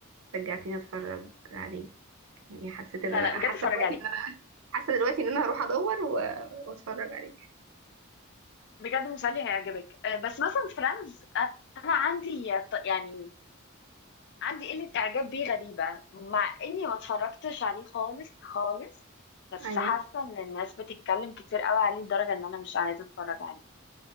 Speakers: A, on the right; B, on the left.
A: شجعتني اتفرج عليه يعني حسيت ان
B: لا
A: انا
B: لا بجد
A: حاسه
B: اتفرج
A: دلوقتي
B: عليه
A: ان انا حاسه دلوقتي ان انا هروح ادور و... واتفرج عليه
B: بجد مسلي هيعجبك آه، بس مثلا فريندز انا عندي ط- يعني عندي قلة إعجاب بيه غريبة مع إني ما اتفرجتش عليه خالص خالص بس
A: ايوه
B: حاسة إن الناس بتتكلم كتير قوي عليه لدرجة إن أنا مش عايزة أتفرج عليه